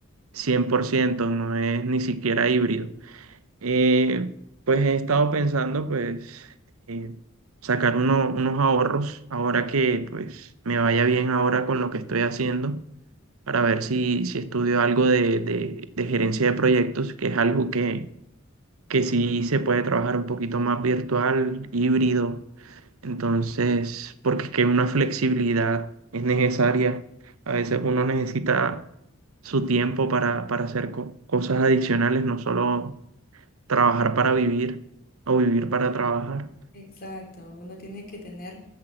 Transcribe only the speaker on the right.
cien por ciento no es ni siquiera híbrido. Eh, pues he estado pensando, pues, eh, sacar uno- unos ahorros ahora que, pues, me vaya bien ahora con lo que estoy haciendo, para ver si, si estudio algo de, de, de gerencia de proyectos, que es algo que, que sí se puede trabajar un poquito más virtual, híbrido. Entonces, porque es que una flexibilidad es necesaria. A veces uno necesita su tiempo para, para hacer co- cosas adicionales, no solo trabajar para vivir o vivir para trabajar.